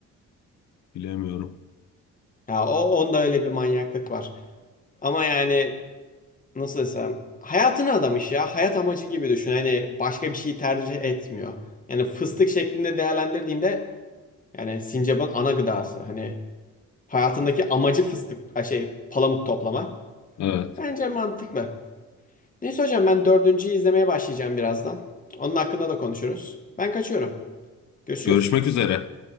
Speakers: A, on the left; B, on the left.
A: Bilemiyorum.
B: Ya o onda öyle bir manyaklık var. Ama yani nasıl desem hayatını adamış ya. Hayat amacı gibi düşün. Hani başka bir şey tercih etmiyor. Yani fıstık şeklinde değerlendirdiğinde yani sincapın ana gıdası. Hani hayatındaki amacı fıstık ay şey palamut toplama.
A: Evet.
B: Bence mantıklı. Neyse hocam ben dördüncüyü izlemeye başlayacağım birazdan. Onun hakkında da konuşuruz. Ben kaçıyorum. Görüşürüz.
A: Görüşmek üzere.